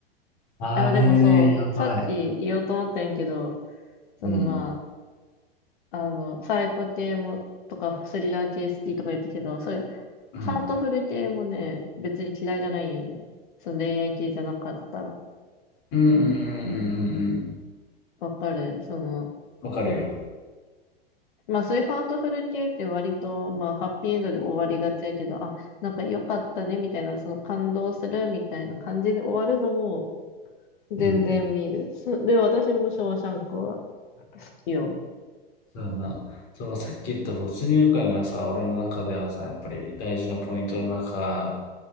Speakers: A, on the left (about 35°); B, on the left (about 55°).
A: あれね、
B: あ、でもそう、
A: やばい。
B: さっき言おうと思ったんやけど、そのまあ、
A: うん。
B: あの、サイコ系も、とか、スリラー系好きとか言ったけど、そういう、
A: うん。
B: ハートフル系もね、別に嫌いじゃないよね。その恋愛系じゃなかったら。
A: うんうんうんうんうん
B: わかる。その、
A: うん。わかるよ。
B: まあそういうハートフル系って割と、まあハッピーエンドで終わりがちやけど、あ、なんか良かったねみたいな、その感動するみたいな感じで終わるのも全然見る。
A: うん。
B: そで、私もショーシャンクは好きよ。
A: だからな、そのさっき言った没入感がさ、俺の中ではさ、やっぱり大事なポイントの中、